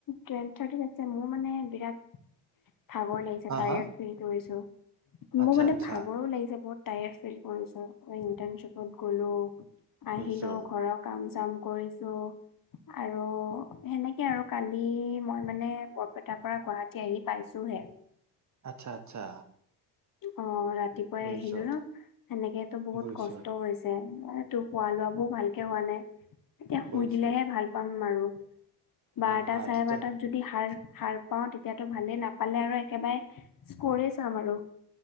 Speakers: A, on the left; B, on the right.
A: টোৱেল্প থাৰ্টিত আছে মোৰ মানে বিৰাট ভাগৰ লাগিছে টায়াৰ্ড
B: হা
A: ফিল কৰিছো।
B: আচ্ছা
A: মোৰ মানে
B: আচ্ছা
A: ভাগৰো লাগিছে বহুত টায়াৰ্ড ফিল কৰিছো কাৰণ ইন্টাৰ্ণশ্বিপত গ'লো। আহিলো
B: বুজিছো
A: ঘৰৰ কাম চাম কৰিছো আৰু সেনেকে আৰু কালি মই মানে বৰপেটাৰ পৰা গুৱাহাটী আহি পাইছোহে।
B: আচ্ছা আচ্ছা।
A: অ', ৰাতিপুৱাই
B: বুজিছো
A: আহিলো ন সেনেকেতো বহুত
B: বুজিছো
A: কষ্ট হৈছে। এ তোৰ খোৱা লোৱাবোৰ ভালকে হোৱা নাই। এহ
B: বুজিছো
A: শুই দিলেহে ভাল পাম আৰু বাৰটা
B: হা হা আজিতো
A: চাৰে বাৰটাত যদি সাৰ-সাৰ পাওঁ তেতিয়াতো ভালেই নাপালে আৰু একেবাৰে স্ক'ৰে চাম আৰু।